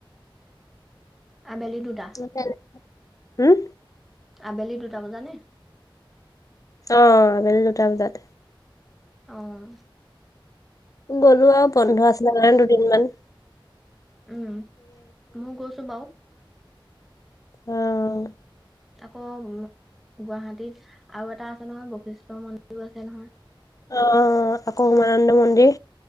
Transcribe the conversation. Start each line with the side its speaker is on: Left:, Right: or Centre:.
Centre: আবেলি দুটা?
Left: হয় নাই? হুম
Centre: আবেলি দুটা বজা নে?
Left: অঁ আবেলি দুটা বজাত।
Centre: অঁ
Left: গ'লো আও বন্ধ আছিলে কাৰণে দুদিন মান
Centre: উম ময়ো গৈছো বাও।
Left: অঁ
Centre: আকৌ গুৱাহাটীত আৰু এটা আছে নহয়, বশিষ্ঠ মন্দিৰো আছে নহয়।
Left: অঁ, আকৌ উমানন্দ মন্দিৰ।